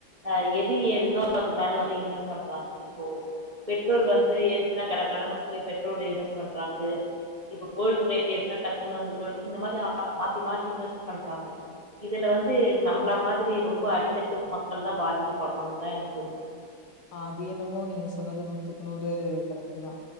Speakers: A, on the right; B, on the left.
A: அஹ எது ஏறுதோ அது மேல வந்து இன்வெஸ்ட் பண்றாங் இப்போ ட்ரோல் வந்து ஏறுச்சினா கட கடகடன்னு போய் பெட்ரோல்ல ஈன்வெஸ் பண்றாங்கு இப்ப கோல்டு ரேட்டு எரிசுனா டக்குனு வந்த கோல்டு இந்த மாரி ஆ மாத்தி மாத்தி இன்வெஸ் பண்றாங்க இதுல வந்து நம்ப்ள மாதிரி ரொம்ப அடித்தட்டு மக்கள் தா பாதிக்கப்பட்றோன்தா எனக்கு தோணுது
B: அது என்னமோ நீங்க சொன்னது நூத்துக்கு நூறு கரெக்ட்டுதா